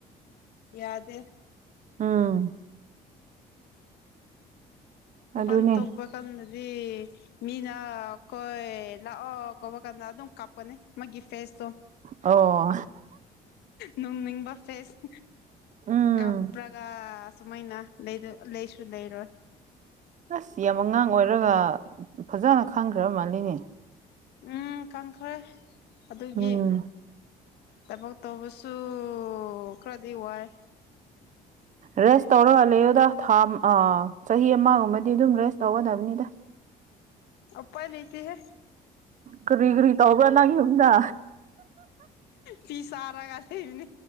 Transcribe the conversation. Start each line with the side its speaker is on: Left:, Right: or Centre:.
Left: ꯌꯥꯗꯦ
Right: ꯑꯥ
Left: ꯃꯄꯥꯟ
Right: ꯑꯗꯨꯅꯦ
Left: ꯊꯣꯛꯄ ꯀꯥꯟꯗꯗꯤ ꯃꯤꯅ ꯀꯣꯏ ꯂꯥꯛꯑꯣ ꯀꯄ ꯀꯥꯟꯗ ꯑꯗꯨꯝ ꯀꯥꯞꯀꯅꯤ ꯃꯥꯒꯤ ꯐꯦꯁꯇꯣ
Right: ꯑꯣ
Left: ꯅꯣꯡꯅꯤꯡꯕ ꯐꯦꯁ
Right: ꯎꯝ
Left: ꯀꯥꯞꯄ꯭ꯔꯒ ꯁꯨꯃꯥꯏꯅ ꯂꯩꯁꯨ ꯂꯩꯔꯣꯏ
Right: ꯑꯁ ꯌꯥꯝ ꯑꯉꯥꯡ ꯑꯣꯏꯔꯒ ꯐꯖꯅ ꯈꯪꯈ꯭ꯔ ꯃꯥꯜꯂꯤꯅꯦ
Left: ꯎꯝ ꯀꯪꯈ꯭ꯔꯦ ꯑꯗꯨꯒꯤ
Right: ꯎꯝ
Left: ꯊꯕꯛ ꯇꯧꯕꯁꯨ ꯈꯔꯗꯤ ꯋꯥꯏ
Right: ꯔꯦꯁ ꯇꯧꯔꯒ ꯂꯩꯌꯣꯗ ꯊꯥ ꯑ ꯆꯍꯤ ꯑꯃꯒꯨꯝꯕꯗꯤ ꯑꯗꯨꯝ ꯔꯦꯁ ꯇꯧꯒꯗꯕꯅꯤꯗ
Left: ꯑꯄ ꯂꯩꯇꯍꯦ
Right: ꯀꯔꯤ ꯀꯔꯤ ꯇꯧꯕ꯭ꯔꯥ ꯅꯪꯒꯤ ꯌꯝꯗ
Left: ꯐꯤ ꯁꯔꯥ ꯀꯔꯦꯅꯦ